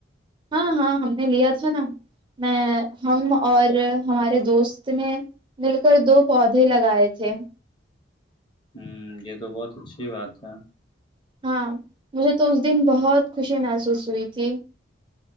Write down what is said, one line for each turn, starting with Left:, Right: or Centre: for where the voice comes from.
Right: ہاں ہاں ہم نے لیا تھا نا میں ہم اور ہمارے دوست نے مل کر دو پودے لگائے تھے
Left: ہوں یہ تو بہت اچھی بات ہے
Right: ہاں مجھے تو اس دن بہت خوشی محسوس ہوئی تھی